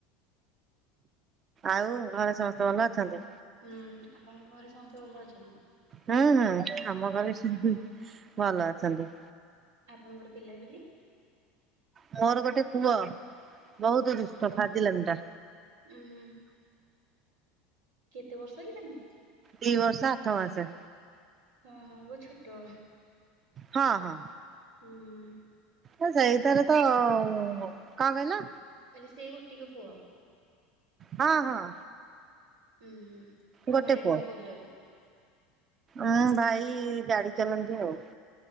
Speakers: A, on the right (about 35°); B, on the right (about 90°).
A: ଆଉ ଘରେ ସମସ୍ତେ ଭଲ ଅଛନ୍ତି?
B: ହୁଁ ଆପଣଙ୍କ ଘରେ ସମସ୍ତ ଭଲ ଅଛନ୍ତି?
A: ହୁଁ ହୁଁ ଆମ ଘରେ ସବୁ ଭଲ ଅଛନ୍ତି।
B: ଆପଣଙ୍କର ପିଲାପିଲି?
A: ମୋର ଗୋଟେ ପୁଅ ବହୁତ
B: ଉଁ
A: ଦୁଷ୍ଟ
B: ହୁଁ
A: ଫାଜିଲାମ ଟା
B: ଉଁ ହୁଁ କେତେ ବର୍ଷ ହେଇ ତାଙ୍କୁ?
A: ଦି ବର୍ଷ ଆଠ ମାସ।
B: ହଁ ହଁ ବ ଛୋଟ
A: ହଁ ହଁ।
B: ହୁଁ ହଁ।
A: ଆ ସେଇଥରେ ତ କଣ କହିଲ?
B: କହିଲି ସେ ଗୋଟିିକ ପୁଅ?
A: ହଁ ହଁ।
B: ହୁଁ ହୁଁ। ଆଉ
A: ଗୋଟେ
B: ଭାଇ
A: ପୁଅ
B: କଣ କରୁଛନ୍ତି?
A: ଉଁ ଭାଇ ଇ ଗାଡି ଚାଲନ୍ତି ଆଉ।